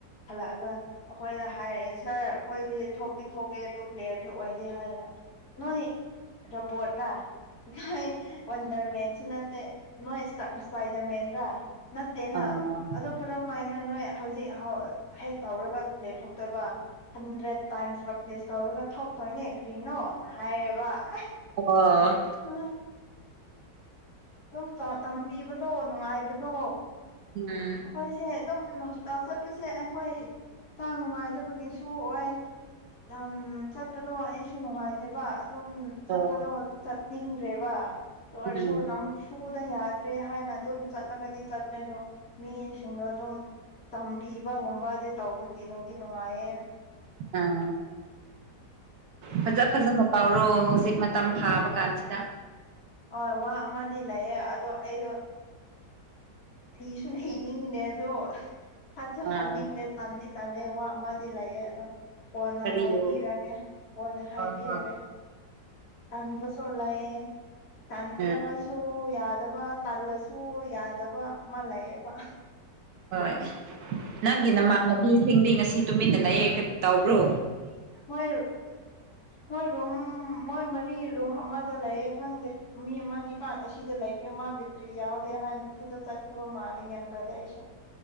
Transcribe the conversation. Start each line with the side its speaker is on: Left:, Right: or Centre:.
Left: ꯍꯜꯂꯛꯑꯒ ꯑꯩꯈꯣꯏꯗ ꯍꯥꯏꯔꯛꯑꯦ ꯁꯥꯔ ꯑꯩꯈꯣꯏꯁꯤ ꯊꯣꯛꯗꯤꯤ ꯊꯣꯛꯑꯦ ꯑꯗꯨ ꯄ꯭ꯂꯦꯌꯔꯗꯤ ꯑꯣꯏꯗꯦ ꯍꯥꯏꯔ ꯅꯣꯏ ꯣꯄꯣꯠꯅ ꯅꯣꯏ ꯋꯥꯟꯗꯔꯃꯦꯟꯁꯨ ꯅꯠꯇꯦ ꯅꯣꯏ ꯏꯁꯄꯥꯏꯗꯔ ꯃꯦꯟꯔꯥ ꯅꯠꯇꯦꯅ
Right: ꯑꯣ
Left: ꯑꯗꯣ ꯀꯔꯝ ꯍꯥꯏꯅ ꯅꯣꯏ ꯍꯧꯖꯤꯛ ꯍꯦꯛ ꯇꯧꯔꯒ ꯂꯦꯠ ꯊꯣꯛꯇꯣꯏꯕ ꯍꯟꯗ꯭ꯔꯦꯠ ꯇꯥꯏꯝꯁ ꯄ꯭ꯔꯥꯛꯛꯇꯤꯁ ꯇꯧꯔꯒ ꯊꯣꯛꯇꯣꯏꯅꯦ ꯀꯔꯤꯅꯣꯅ ꯍꯥꯏꯌꯦꯕ ꯑꯁ
Right: ꯑ
Left: ꯎꯝ ꯑꯗꯨꯝ ꯇꯝꯕꯤꯕꯗꯣ ꯅꯨꯡꯉꯥꯏꯕꯅꯣ
Right: ꯎꯝ
Left: ꯀꯣꯏꯁꯦ ꯑꯦꯝ ꯍ ꯆꯠꯄꯁꯦ ꯑꯩꯈꯣꯏ ꯍꯛꯆꯥꯡ ꯅꯨꯡꯉꯥꯏꯗꯕꯒꯤꯁꯨ ꯑꯣꯏ ꯎꯝ ꯆꯠꯄꯗꯣ ꯑꯩꯁꯨ ꯅꯨꯡꯉꯥꯏꯇꯦꯕ ꯑꯗꯨꯝ ꯆꯠꯄꯗꯣ
Right: ꯑꯣ
Left: ꯆꯠꯅꯤꯡꯗ꯭ꯔꯦꯕ ꯑꯣꯏꯔꯁꯨ
Right: ꯎꯝ
Left: ꯅꯝ ꯄꯨꯗ ꯌꯥꯗ꯭ꯔꯦ ꯍꯥꯏꯅ ꯑꯗꯨꯝ ꯆꯠꯂꯒꯗꯤ ꯆꯠꯄꯅꯦ ꯑꯗꯣ ꯃꯤꯁꯤꯡꯗꯣ ꯑꯗꯨꯝ ꯇꯝꯕꯤꯕꯒꯨꯝꯕ ꯑꯗꯨ ꯇꯧꯕꯒꯤ ꯅꯨꯡꯗꯤ ꯅꯨꯡꯉꯥꯏꯌꯦ
Right: ꯑꯥ ꯐꯖ ꯐꯖꯅ ꯄꯥꯎꯔꯣ ꯍꯧꯖꯤꯛ ꯃꯇꯝ ꯊꯥꯕ ꯀꯥꯟꯁꯤ
Left: ꯍꯣꯏ ꯋꯥ ꯑꯃꯗꯤ ꯂꯩꯌꯦ ꯑꯗꯣ ꯑꯩꯗꯣ ꯂꯤꯁꯨ ꯍꯩꯅꯤꯡꯗꯦ ꯑꯗꯣ ꯈꯠꯁꯨ
Right: ꯑꯥ
Left: ꯍꯥꯞꯅꯤꯡꯗꯦ ꯇꯥꯅꯤ ꯇ ꯋꯥ ꯑꯃꯗꯤ ꯂꯩꯌꯦꯦ ꯑꯗꯣ ꯀꯣꯟꯅ
Right: ꯀꯔꯤꯔꯣ
Left: ꯍꯥꯏꯕꯤꯔꯒꯦ ꯀꯣꯟꯅ ꯍꯥꯏꯕꯤꯔꯒꯦ
Right: ꯍꯣꯏ ꯍꯣꯏ
Left: ꯀꯕꯁꯨꯂꯦ ꯇꯟ꯭ꯔꯕꯁꯨꯨ
Right: ꯑꯥ
Left: ꯌꯥꯗ ꯌꯥꯗꯕ ꯇꯜꯂꯁꯨ ꯌꯥꯗꯕ ꯑꯃ ꯂꯩꯌꯦꯕ
Right: ꯍꯣꯏ ꯅꯪꯒꯤ ꯅꯃꯥꯟꯅꯕꯤꯁꯤꯡꯗꯤ ꯉꯁꯤ ꯇꯨꯃꯤꯟꯅ ꯂꯩꯌꯦꯦ ꯇꯕ꯭ꯔꯣ
Left: ꯃꯣꯏ ꯃꯣꯏ ꯔꯣꯝ ꯃꯣꯏ ꯃꯔꯤ ꯔꯨꯝ ꯑꯃꯗ ꯂꯩꯌꯦ ꯈꯪꯗꯦ ꯃꯤ ꯑꯃꯗꯤ ꯥꯟ ꯑꯁꯤꯗ ꯂꯩꯕꯅꯦ ꯃꯥ ꯕꯤꯇ꯭ꯔꯤ ꯌꯥꯎꯗꯦ ꯑꯍꯥꯟꯅ ꯑꯗꯨꯗ ꯆꯠꯈꯤꯕ ꯃꯥꯜꯂꯤꯦ ꯀꯌꯥꯟ ꯇꯥꯔꯦ ꯑꯩꯁ